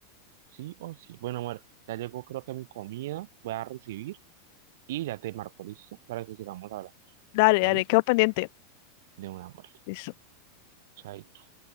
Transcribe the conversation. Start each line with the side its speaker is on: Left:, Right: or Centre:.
Right: Sí o sí. Bueno, amor, ya llegó creo que mi comida. Voy a recibir y ya te marco listo para que sigamos hablando.
Left: dale,
Right: ¿Vale?
Left: dale, quedo pendiente.
Right: De un amor.
Left: Listo.
Right: Chaito.